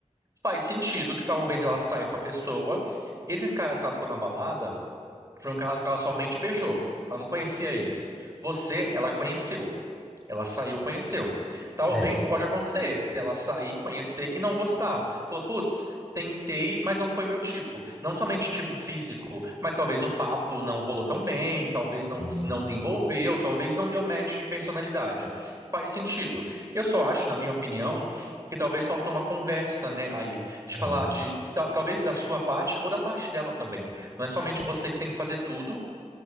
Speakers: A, on the right; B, in the centre.
A: Faz sentido que talvez ela saia com a pessoa. Esses caras que ela ficou na balada foram caras que ela somente beijou. Ela não conhecia eles. Você, ela conheceu. Ela saiu, conheceu. Talvez
B: É,
A: pode acontecer dela sair, conhecer e não gostar. Falou, putz, tentei, mas não foi meu tipo. Não somente tipo físico, mas talvez o papo não rolou tão bem, talvez
B: sim,
A: não se
B: sim.
A: não desenvolveu, talvez não deu match de personalidade. Faz sentido. Eu só acho, na minha opinião, que talvez faltou uma conversa, né, aí, de falar
B: É,
A: de ta- Talvez da sua parte ou da parte dela também. Não é somente você que tem que fazer tudo,